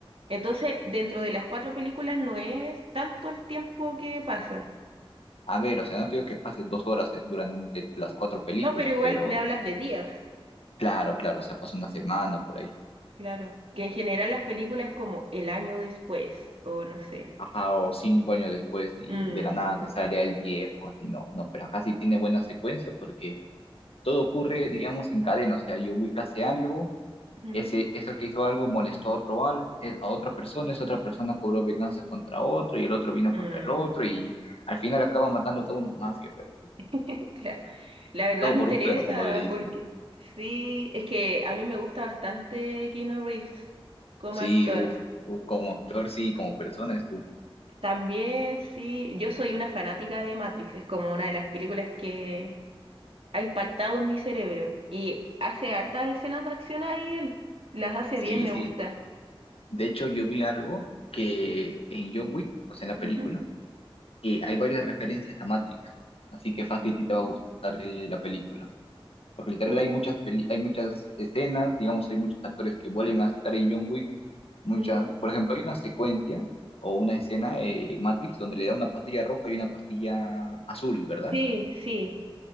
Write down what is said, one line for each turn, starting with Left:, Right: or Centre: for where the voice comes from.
Right: Entonces, dentro de las cuatro películas no es tanto el tiempo que pasa.
Left: A ver, o sea, no te digo que pases dos horas eh, durante las cuatro películas,
Right: No, pero igual
Left: pero
Right: me hablas de días,
Left: claro, claro, o sea, pasa una semana por ahí.
Right: claro. Que en general las películas es como el año después, o no sé.
Left: Ajá, o cinco años después y
Right: Mm,
Left: de la nada te sale el viejo, así no, no, pero acá sí tiene buena secuencia porque todo ocurre, digamos, en cadena, o sea, Yowik hace algo,
Right: ujú,
Left: ese, eso que hizo algo molestó a otro, al- eh, a otra persona, esa otra persona cobró venganza contra otro y el otro vino
Right: mm,
Left: contra el otro y al final acaba matando toda una mafia, pero
Right: <laughs> claro. La verdad
Left: todo
Right: me
Left: por
Right: interesa
Left: un perro, como le dicen.
Right: porque sí, es que a mí me gusta bastante Keanu Reeves como
Left: Sí,
Right: actor.
Left: uff, uf, uf, como actor, sí, como persona, uff.
Right: También sí, yo soy una fanática de Matrix, es como una de las películas que ha impactado en mi cerebro. Y hace hartas escenas de acción ahí él. Las hace
Left: Sí,
Right: bien, me
Left: sí.
Right: gusta.
Left: De hecho, yo vi algo que en John Wick, o sea, en la película,
Right: Ujú.
Left: eh, hay varias referencias a Matrix. Así que fácil
Right: Mm.
Left: sí te va a gustar eh, la película. Porque literal
Right: Uh,
Left: hay muchas peli- hay muchas escenas, digamos, hay muchos actores que vuelven a estar en John Wick. Muchas,
Right: ujú.
Left: por ejemplo, hay una secuencia o una escena eh, en Matrix donde le da una pastilla roja y una pastilla azul, ¿verdad?
Right: Sí, sí.